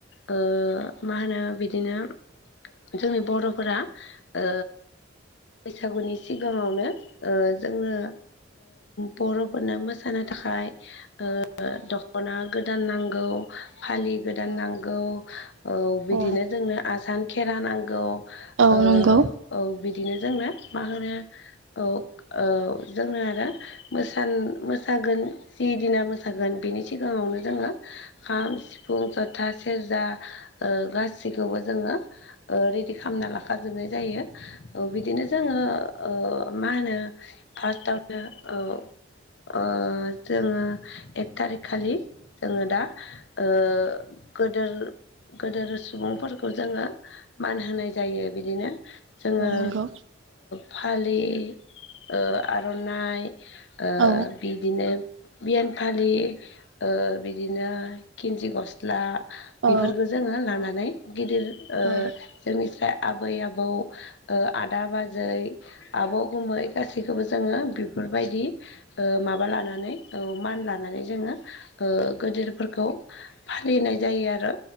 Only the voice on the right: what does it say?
औ
औ
औ
नंगौ।
औ
नंगौ
औ
औ
औ